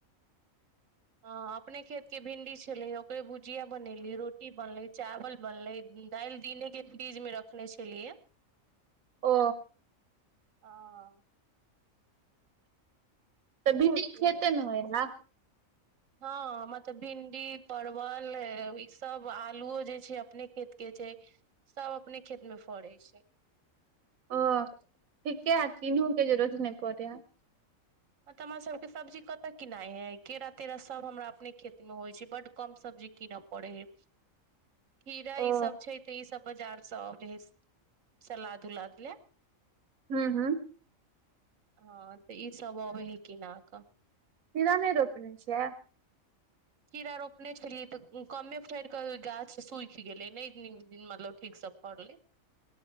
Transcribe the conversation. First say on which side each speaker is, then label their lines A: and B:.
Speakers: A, on the right (about 70°); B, on the right (about 85°).
A: हँ अपने खेत केँ भिंडी छलै यऽ ओकरे भुजिया बनेलीयै रोटी बनलै चावल बनलै दाइल दिने केँ फ्रिज मे रखने छलियै यऽ
B: ओ
A: हँ
B: तऽ भिन्डी खेते
A: से
B: मे होइ हऽ
A: हँ हमरा तऽ भिन्डि परवल ई सब आलुओ जे छै अपने खेत केँ छै सब अपने खेत मे फड़ै छै
B: ओ ठीके <unintelligible> नै पड़ै <unintelligible>
A: हं तऽ हमरा सबके सब्जी कतऽ किनाइ है केरा तेरा सब हमरा अपने खेत में होइ छै बड कम सब्जी किनऽ परैऽ हैय खीरा
B: ओ
A: ई सब छै तऽ ई सब बजारसँ अबऽ है सलाद उलाद लऽ
B: हूॅं हूँ
A: हँ तऽ ई सभ अबेय है किना कऽ
B: खीरा नहि रोपने छियै
A: खीड़ा रोपने छलियै तऽ कमे फयड़ कऽ गाछ सूयख गे गेलय नहि मतलब ठिक सऽ फड़ले